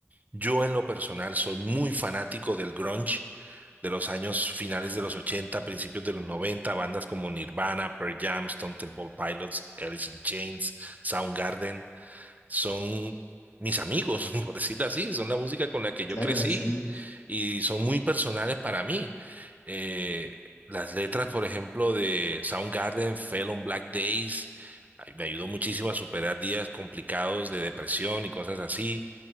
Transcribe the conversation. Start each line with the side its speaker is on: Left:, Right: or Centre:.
Right: Yo en lo personal soy muy fanático del grunge de los años finales de los 80, principios de los 90, bandas como Nirvana, Pearl Jam, Stone Temple Pilots, Alice in Chains, Soundgarden son mis amigos, <laughs> por decirlo así, son la música con la que yo
Left: claro,
Right: crecí
Left: sí. <laughs>
Right: y son muy personales para mí. Eh, las letras, por ejemplo, de Soundgarden, Fell on Black Days, ay, me ayudó muchísimo a superar días complicados de depresión y cosas así.